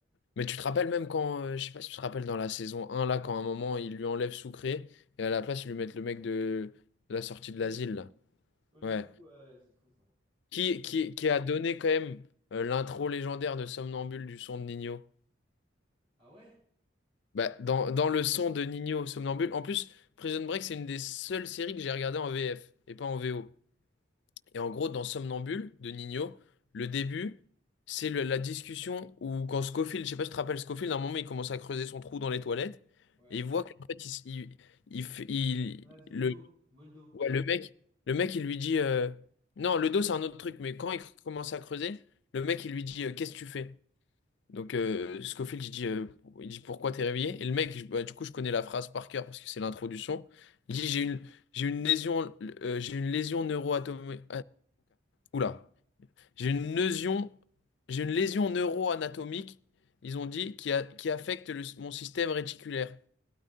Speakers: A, on the left; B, on the right.
A: mais tu te rappelles même quand, euh, je sais pas si tu te rappelles dans la saison un là, quand à un moment, ils lui enlèvent Soucré et à la place, ils lui mettent le mec de, de la sortie de
B: Le
A: l'asile,
B: fou.
A: là.
B: Le
A: Ouais.
B: fou, ouais, c'est fou ça.
A: Qui, qui, qui a donné quand même euh, l'intro légendaire de Somnambule du son de Nino.
B: Ah ouais?
A: Bah, dans, dans le son de Nino, Somnambule. En plus, Prison Break, c'est une des seules séries que j'ai regardées en VF et pas en VO. Et en gros, dans Somnambule de Nino, le début, c'est le- la discussion où quand Scofield, je sais pas si tu te rappelles Scofield, à un moment, il commence à creuser son trou dans les toilettes.
B: Ouais,
A: Et il voit qu'en fait, il, s- il, il f- il-
B: Rex le
A: le,
B: dos, Voldo.
A: Ouais, le mec, le mec, il lui dit euh, non, le dos, c'est un autre truc, mais quand il commence à creuser, le mec, il lui dit euh, qu'est-ce que tu fais? Donc, euh, Scofield, il dit, euh, il dit pourquoi t'es réveillé? Et le mec, je- bah, du coup, je connais la phrase par cœur parce que c'est l'introduction. Il dit j'ai une, j'ai une lésion, euh, j'ai une lésion neuroatomique. Oula, j'ai une lésion, j'ai une lésion neuroanatomique. Ils ont dit qui, a- qui affecte le- mon système réticulaire.